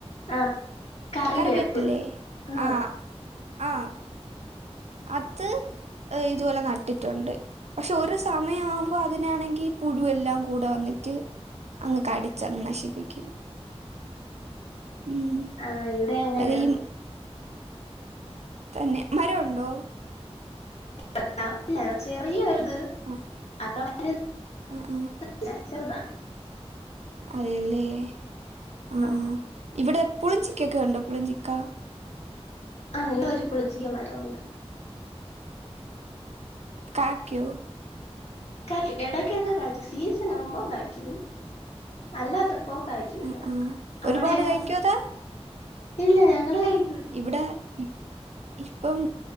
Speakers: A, on the left; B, on the right.
A: ആഹ് കറിവേപ്പ്
B: കറിവേപ്പില്ലേ
A: ആഹ്
B: ആ ആ അത് ഇതുപോലെ നട്ടിട്ടുണ്ട് പക്ഷെ ഒരു സമയംമാവുമ്പോ അതിനാണെങ്കി ഈ പുഴുവെല്ലാം കൂടെ വന്നിട്ട് അങ്ങ് കടിച്ചങ്ങ് നശിപ്പിക്കും ഉം
A: ആ ഇവിടെ അങ്ങനെയാണ്
B: ഈ തന്നെ മരംമുണ്ടോ
A: <inaudible> ഇല്ല ചെറിയൊരിത്
B: ആ
A: <inaudible>
B: ആ ആ
A: ചെറുതാ
B: അതല്ലേ ആ
A: ഓഹ്
B: ആ ഇവിടെ പുളിഞ്ചിക്കൊക്കെ ഉണ്ടോ പുളിഞ്ചിക്ക
A: ആല്ല ഒരു പുളിച്ചിക മരം ഉണ്ട്
B: കാക്കയു
A: കാക്കും ഇടകൊക്കോ കായ്ക്കും സീസൺ ആകുമ്പോം കായ്ക്കും അല്ലാത്ത പോ കഴിക്കൂല
B: ആ ആ ഒരുപാട്
A: അവിടെയോ
B: കഴിക്കോ അതാ
A: ഇല്ല ഞങ്ങള് കയി
B: ഇവിടെ ഇ ഇപ്പം